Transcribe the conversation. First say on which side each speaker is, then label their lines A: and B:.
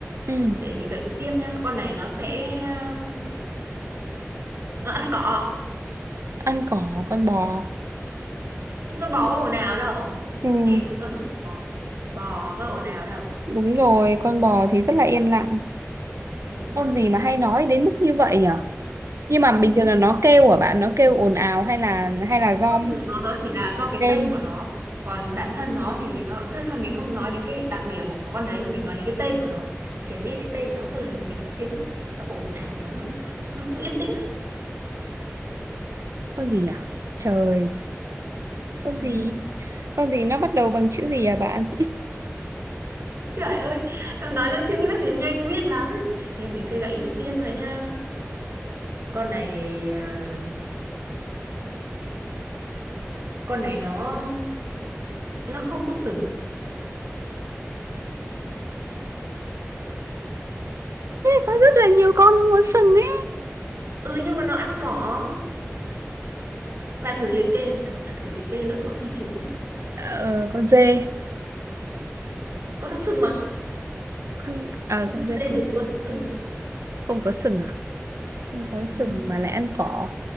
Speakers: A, on the right; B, on the right.
A: ừ
B: để mình gợi ý tiếp nhá con này nó sẽ um, nó ăn cỏ
A: ăn cỏ con bò
B: nhưng con bò có ồn ào đâu
A: ừ
B: nghe con bò bò có ồn ào đâu
A: đúng rồi con bò thì rất là yên lặng
B: đúng
A: con gì mà hay nói đến mức như vậy nhở nhưng mà
B: ừ.
A: bình thường là nó kêu à bạn nó kêu ồn ào hay là hay là do
B: con ngựa nó chỉ là do cái
A: lên
B: tên của nó còn bản thân nó thì nó tức là mình không nói đến cái đặc điểm của con đấy mà mình nói đến cái tên của nó chỉ nghe cái tên nó thôi là mình đã thấy nó nó ồn ào nó nó không yên tĩnh
A: con gì nhở trời con
B: ừ.
A: gì con gì nó bắt đầu bằng chữ gì à bạn
B: trời ơi em nói ra chữ nó thì nhanh biết lắm thế mình sẽ gợi ý tiếp nữa nha con này à, con này nó nó không có sừng
A: Có rất là nhiều con không có sừng ấy.
B: ừ nhưng mà nó ăn cỏ Bạn thử liệt kê em nào, bạn thử liệt kê lỡ có khi trúng.
A: Ờ, con dê
B: Có đặc trưng mà,
A: con à
B: con
A: con dê
B: dê
A: có
B: đực
A: sừng
B: con sừng.
A: không có sừng à không có sừng
B: Ừ.
A: mà lại ăn cỏ